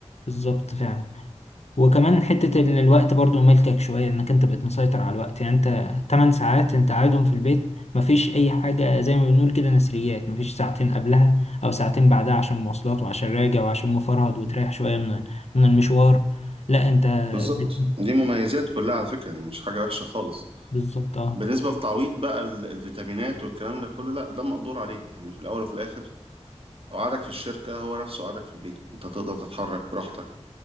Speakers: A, on the left; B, on the right.
A: بالظبط فعلا وكمان حتة ال- الوقت برضو ملكك شوية انك انت بقيت مسيطر على الوقت يعني انت 8 ساعات انت قاعدهم في البيت مفيش اي حاجة زي ما بنقول كده نسريات مفيش ساعتين قبلها او ساعتين بعدها عشان مواصلات وعشان راجع وعشان مفرهد وتريح شوية من من المشوار لا انت
B: بالظبط
A: بت-
B: دي مميزات كلها على فكره مش حاجه وحشه خالص
A: بالظبط اه
B: بالنسبه للتعويض بقى ال- الفيتامينات والكلام ده كله لا ده مقدور عليه يعني في الاول وفي الاخر قعدك في الشركه هو نفسه قعدك في البيت انت تقدر تتحرك براحتك